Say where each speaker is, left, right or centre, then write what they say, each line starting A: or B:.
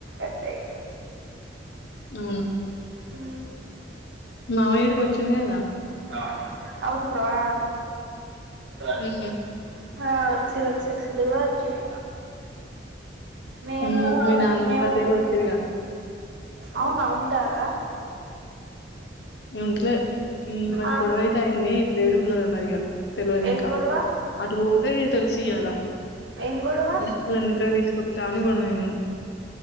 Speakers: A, on the right; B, on the left.
A: అంతే ఇగ
B: ఊ
A: ఊ
B: మామ ఇడికి వచ్చిండు కదా
A: అవుద్ అవుదురా ఆ
B: ఉమ్
A: హ వొచ్చిరు వొచ్చిరు సిద్దంగా వొచ్చిరు మేము
B: హ్మ్ మీ నానమ్మ
A: మేము
B: తాతయ్య కూడా వచ్చిరుగా
A: అవునా ఉంటారా
B: నేన్ ఉంటలే మరి
A: ఆ
B: గొడవ అయితే అయింది ఇప్పుడు ఏడున్నారో మరిగా తెలవదు
A: ఏం
B: ఇంకా
A: గొడవ
B: అటు పోతే అంతే తెలిసి ఇయ్యాల
A: ఏం గొడవ
B: అదే వాళ్ళని నిద్రకు తీసుక్ కొత్తా అని గొడవైంది